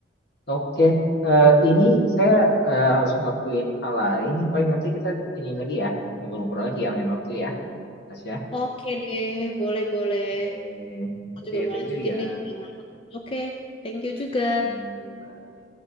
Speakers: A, on the left; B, on the left.
A: Oke. Eh, ini saya eh, harus ngelakuin hal lain nih. Paling nanti kita ini lagi ya, ngobrol-ngobrol lagi ya lain waktu ya, Tasya.
B: Oke deh, boleh-boleh.
A: Oke.
B: Aku
A: Oke,
B: juga mau
A: thank
B: lanjutin
A: you ya.
B: nih. yang lain. Oke, thank you juga.
A: Ya, bye.